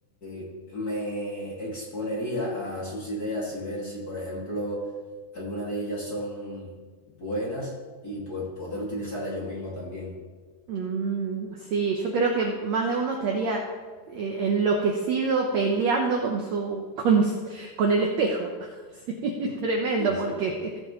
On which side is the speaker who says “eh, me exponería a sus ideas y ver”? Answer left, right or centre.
Left